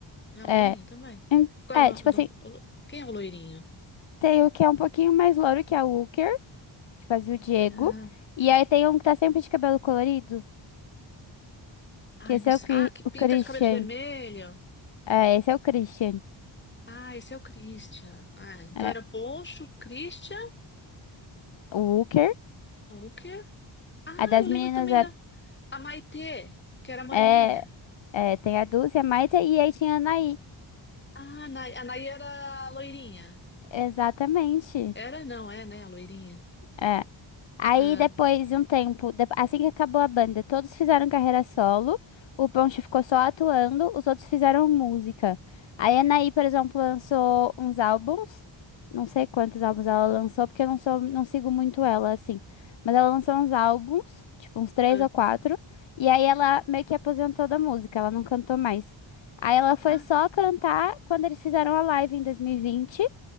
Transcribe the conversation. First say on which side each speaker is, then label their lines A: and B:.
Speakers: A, on the left (about 20°); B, on the left (about 65°).
A: Não,
B: É.
A: loirinho também.
B: Hum,
A: Qual
B: É,
A: é o nome
B: tipo
A: do...
B: assim,
A: o- quem é o loirinho?
B: tem o que é um pouquinho mais louro, que é o Walker, que fazia o Diego.
A: Ah,
B: E aí tem um que tá sempre de cabelo colorido,
A: ai,
B: que esse
A: não sei.
B: é o, Cri
A: Ah, que pinta
B: o Christian.
A: de cabelo de vermelho.
B: É, esse é o Christian.
A: Ah, esse é o Christian. Ah, então
B: É,
A: era Poncho, Christian,
B: o Walker.
A: Hooker. Ah,
B: A das
A: eu lembro
B: meninas
A: também
B: era-
A: da a Maitê, que era moreninha.
B: é, é, tem a Dulce, a Maita e aí tinha a Anaí.
A: Ah, a Nay, a Nay era loirinha.
B: Exatamente.
A: Era, não, é, né, a loirinha.
B: É. Aí
A: Ah,
B: depois de um tempo, de- assim que acabou a banda, todos fizeram carreira solo, o Ponche ficou só atuando, os outros fizeram música. Aí a Anaí, por exemplo, lançou uns álbuns, não sei quantos álbuns ela lançou, porque eu não sou, não sigo muito ela assim. Mas ela lançou uns álbuns, tipo uns três
A: ah,
B: ou quatro, e aí ela meio que aposentou da música, ela não cantou mais. Aí ela foi
A: ah,
B: só cantar quando eles fizeram a live em 2020 e vinte